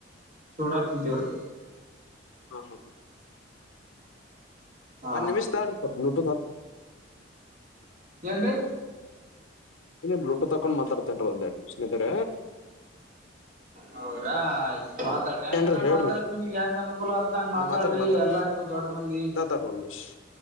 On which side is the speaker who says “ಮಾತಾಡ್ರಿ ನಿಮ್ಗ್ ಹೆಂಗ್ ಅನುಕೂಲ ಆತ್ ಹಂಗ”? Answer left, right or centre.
Right